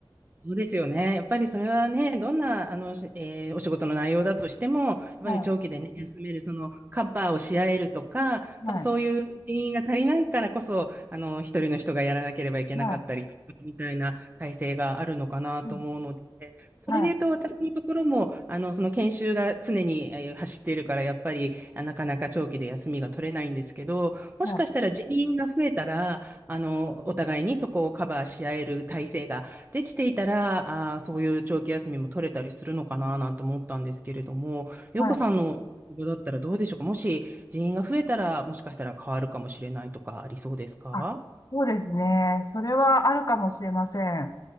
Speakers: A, on the right; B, on the left.
A: そうですよね。やっぱりそれはね、どんな、あの、しえーお仕事の内容だとしても、やっぱり長期でね、
B: は
A: 休める、その、カバーをし合えるとか、
B: い、
A: 多分そういう原因が足りないからこそ、
B: はい、
A: あの、一人の人がやらなければいけなかったりみたいな体制があるのかなと思うので、
B: はい、うん
A: それで言うと、
B: はい、
A: 私のところも、あの、その研修が常にえー走っているから、やっぱり、あなかなか長期で休みが取れないんですけど、もしかしたら人員が増えたら、
B: は
A: あの、お互いにそこをカバーし合える体制ができていたら、あー、そういう長期休みも取れたりするのかななんて思ったんですけれども、洋子さんの職場だったらどうでしょうかもし人員が増えたら、
B: い、はい。
A: もしかしたら変わるかもしれないとかありそうですか
B: あ、そうですね。それはあるかもしれません。